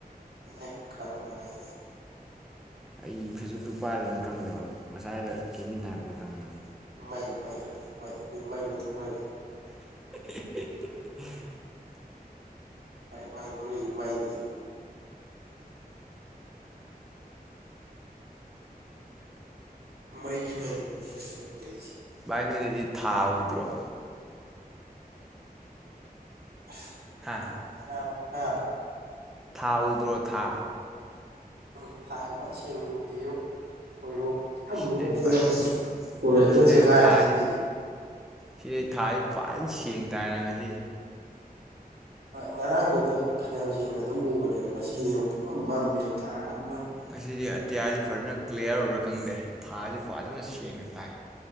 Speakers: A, on the right; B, in the centre.
A: ꯏꯍꯦ ꯈꯪꯗ꯭ꯔꯥ ꯍꯥꯏꯖꯦ
B: ꯑꯩ ꯐꯦꯁꯕꯨꯛꯇꯨ ꯄꯥꯏꯗꯕꯅꯤꯅ ꯈꯪꯗꯕ ꯉꯁꯥꯏꯗ ꯀꯦꯟꯗꯤꯅ ꯍꯥꯏꯔꯛꯄꯗ ꯈꯪꯕꯅꯤ
A: ꯃꯩ ꯃꯩ ꯃꯩ ꯃꯩ ꯑꯈꯣꯏꯗꯤ ꯃꯩ ꯂꯣꯏ ꯊꯣꯛꯅꯕꯤ
B: ꯍꯤꯛ--ꯍꯤꯛ--ꯍꯤꯛ
A: ꯃꯅꯤꯄꯨꯔꯗ ꯂꯩꯔꯤꯖꯦ ꯃꯩꯅꯦ ꯃꯩꯒꯤ ꯃꯅꯤꯄꯨꯔꯅꯦ ꯍꯧꯖꯤꯛ ꯑꯣꯏꯔꯤꯖꯦ
B: ꯚꯥꯏ ꯅꯣꯏꯗꯗꯤ ꯊꯥ ꯎꯗ꯭ꯔꯣ
A: ꯑꯁ
B: ꯍꯥ
A: ꯇꯨꯝꯅꯤꯡꯉꯦ ꯅꯥꯕ ꯍꯥꯥ
B: ꯊꯥ ꯎꯗ꯭ꯔꯣ ꯊꯥ
A: ꯎꯝ ꯊꯥꯒ ꯐꯖꯅ ꯁꯦꯡꯅ ꯎꯗꯦꯕꯣ ꯍꯣꯏꯔꯣꯡ ꯐꯟ
B: ꯁꯤꯗꯗꯤ
A: ꯃꯣꯠꯂꯦꯅ
B: ꯐꯖꯅ
A: ꯄꯣꯂꯨꯁꯟꯅ
B: ꯁꯤꯗꯩꯗꯤ
A: ꯆꯦꯈꯥꯏꯔꯦ
B: ꯊꯥꯁꯤ
A: ꯗꯤꯂꯤꯖꯤ
B: ꯁꯤꯗꯩ ꯊꯥꯖꯤ ꯐꯖꯟ ꯁꯦꯡꯅ ꯇꯥꯏ ꯅ ꯉꯁꯤꯗꯤ
A: ꯉꯔꯥꯡꯐꯧꯗ ꯐꯅꯌꯥꯝ ꯁꯦꯡꯅ ꯑꯗꯨꯝ ꯎꯕꯅꯦꯕ ꯉꯁꯤꯗꯤꯑꯃꯨꯛ ꯄꯨꯡꯃꯝ ꯃꯝꯃꯦꯕꯣ ꯊꯥꯒ ꯑꯝ
B: ꯉꯁꯤꯗꯤ ꯑꯇꯤꯌꯥꯁꯤ ꯐꯖꯅ ꯀ꯭ꯂꯤꯌꯥꯔ ꯑꯣꯏꯕ꯭ꯔꯥ ꯈꯪꯗꯦ ꯊꯥꯖꯤ ꯐꯖꯅ ꯁꯦꯡꯅ ꯇꯥꯏ